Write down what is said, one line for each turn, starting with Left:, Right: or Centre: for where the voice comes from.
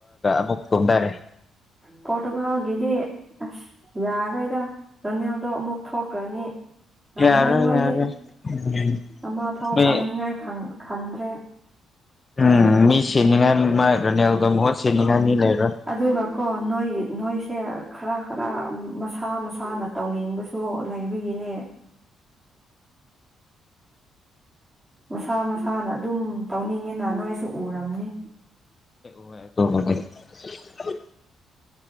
Left: ꯑꯃꯨꯛ ꯇꯨꯝꯊꯔꯦ
Right: ꯄꯣꯔꯇꯨꯒꯥꯜꯒꯤꯗꯤ ꯑꯁ ꯌꯥꯔꯥꯔꯣꯏꯗ ꯔꯣꯅꯦꯜꯗꯣ ꯑꯃꯨꯛ ꯊꯣꯛꯈ꯭ꯔꯅꯤ ꯉꯝꯃꯣꯏ
Left: ꯌꯥꯔꯣꯏ
Right: ꯃꯣꯏꯗꯤ
Left: ꯌꯥꯔꯣꯏ ꯎꯝ
Right: ꯑꯃ ꯐꯥꯎ
Left: ꯃꯤ
Right: ꯄꯥꯏꯅꯤꯡꯉꯥꯏ ꯈꯟꯗ꯭ꯔꯦ꯫
Left: ꯎꯝ ꯃꯤ ꯁꯤꯅꯤꯡꯉꯥꯏ ꯃꯥꯥꯏ ꯔꯥꯅꯦꯜꯒ ꯃꯍꯨꯠ ꯁꯤꯅꯤꯡꯉꯥꯏ
Right: ꯎꯝ
Left: ꯃꯤ ꯂꯩꯔꯥꯔꯣꯏ꯫
Right: ꯑꯗꯨꯒꯀꯣ ꯅꯣꯏ ꯅꯣꯏꯁꯦ ꯈꯔ ꯈꯔ ꯃꯁꯥ ꯃꯁꯥꯅ ꯇꯧꯅꯤꯡꯕꯁꯨ ꯂꯩꯕꯒꯤꯅꯦ ꯃꯁꯥ ꯃꯁꯥꯅ ꯑꯗꯨꯝ ꯇꯧꯅꯤꯡꯉꯦꯅ ꯅꯣꯏꯁꯨ ꯎꯔꯝꯅꯤ꯫
Left: ꯍꯦꯏ <unintelligible>